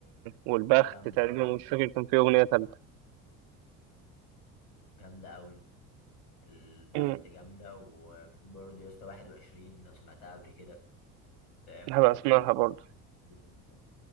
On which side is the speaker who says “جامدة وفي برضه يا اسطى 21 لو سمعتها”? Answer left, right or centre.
Left